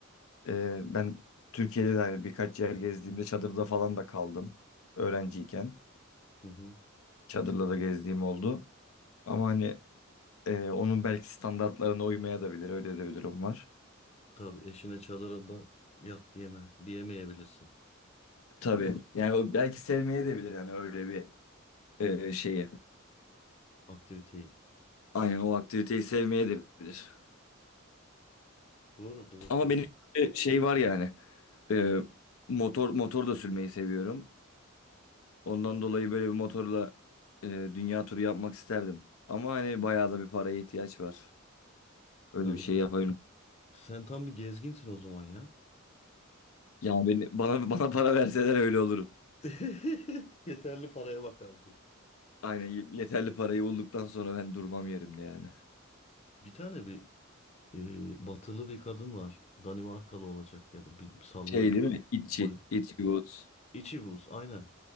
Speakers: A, on the left; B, on the left.
A: e, ben Türkiye'de de hani birkaç yer gezdiğimde çadırda falan da kaldım. Öğrenciyken
B: Hı hı.
A: çadırla da gezdiğim oldu. Ama hani e, onun belki standartlarına uymaya da bilir. Öyle de bir durum var.
B: Tabii eşine çadırı da yat diyeme, diyemeyebilirsin
A: Tabii yani o belki sevmeye de bilir yani öyle bir e, şeyi.
B: aktiviteyi.
A: Aynen o aktiviteyi sevmeye de bilir.
B: Doğru, doğru,
A: Ama
B: doğru.
A: benim bir şey var yani. e, motor motor da sürmeyi seviyorum. Ondan dolayı böyle bir motorla e, dünya turu yapmak isterdim. Ama hani bayağı da bir paraya ihtiyaç var. Öyle
B: Tabii.
A: bir şey yapabilirim.
B: Sen tam bir gezginsin o zaman ya.
A: Yani beni, bana <laughs> bana para verseler öyle olurum.
B: <laughs> Yeterli paraya bakar diyor.
A: Aynen y- yeterli parayı bulduktan sonra ben durmam yerimde yani.
B: Bir tane bir e, batılı bir kadın var. Danimarkalı olacak ya da bir sallıyor.
A: Şey değil mi? İtçi.
B: Hol
A: İtçi Woods.
B: İçi buz aynen.